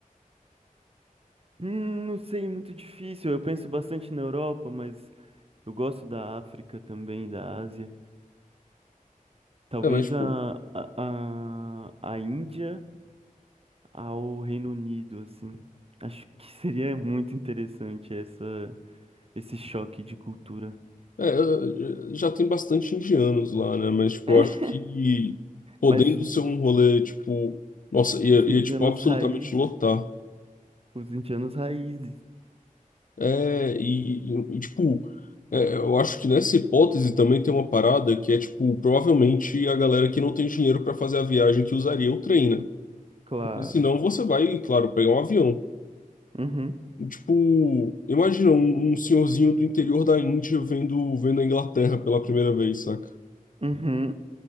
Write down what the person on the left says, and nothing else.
É, mas, tipo,
é, é, é, já tem bastante indianos lá, né? Mas, tipo,
eu acho que podendo
ser um rolê, tipo, nossa, ia,
ia tipo, absolutamente
lotar.
É, e, e- e, tipo, é, eu acho que nessa hipótese também tem uma parada que é, tipo, provavelmente a galera que não tem dinheiro para fazer a viagem que usaria o trem, né?
Porque senão você vai, claro, pegar um avião.
E, Tipo, imagina um, um senhorzinho do interior da Índia vendo, vendo a Inglaterra pela primeira vez, saca?